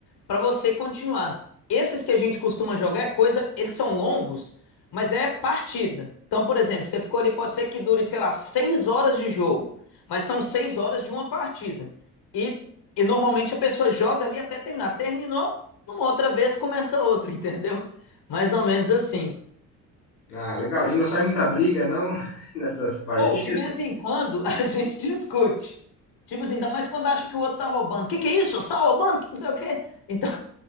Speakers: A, on the left; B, on the left.
A: para você continuar. Esses que a gente costuma jogar é coisa, eles são longos, mas é partida. Então, por exemplo, você ficou ali, pode ser que dure, sei lá, seis horas de jogo, mas são seis horas de uma partida. E, e normalmente a pessoa joga ali até terminar. Terminou, numa outra vez começa outra, <laughs> entendeu? Mais ou menos assim.
B: Ah, legal. E não sai muita briga, não, <laughs> nessas partidas?
A: Ou, de vez em quando, a <laughs> gente discute. Tipo assim, ainda mais quando acha que o outro tá roubando. Que que é isso? Você tá roubando? Que não sei o quê. Então,